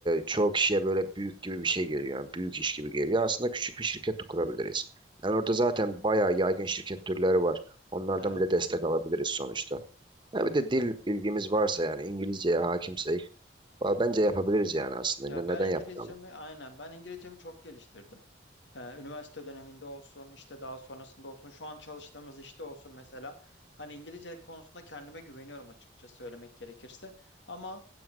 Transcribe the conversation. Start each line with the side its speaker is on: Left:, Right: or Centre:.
Right: çoğu kişiye böyle büyük gibi bir şey geliyor. Yani büyük iş gibi geliyor. Aslında küçük bir şirket de kurabiliriz. Yani orada zaten bayağı yaygın şirket türleri var. Onlardan
Left: Evet.
Right: bile destek alabiliriz sonuçta. Ha bir de dil bilgimiz varsa yani İngilizceye hakimsek valla bence yapabiliriz yani aslında.
Left: Ya
Right: Ne-
Left: ben
Right: Neden
Left: İngilizcemi
Right: yapmayalım?
Left: aynen ben İngilizcemi çok geliştirdim. Ee, üniversite döneminde olsun, işte daha sonrasında olsun, şu an çalıştığımız işte olsun mesela. Hani İngilizce konusunda kendime güveniyorum açıkça söylemek gerekirse. Ama